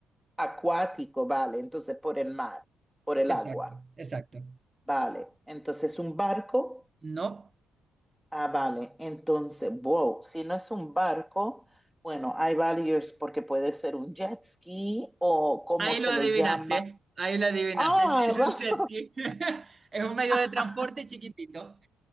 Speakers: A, in the centre; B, on the right (about 30°).
A: acuático, vale, entonces por el mar, por el agua,
B: Exacto, exacto.
A: vale. Entonces un barco,
B: No,
A: ah, vale. Entonces, wow, si no es un barco, bueno, hay varios porque puede ser un jet ski o cómo
B: ahí
A: se
B: lo adivinaste,
A: le llama.
B: ahí lo adivinaste,
A: Ah,
B: es, es
A: va-
B: un jet ski, <laughs> es un medio
A: <laughs>
B: de transporte chiquitito.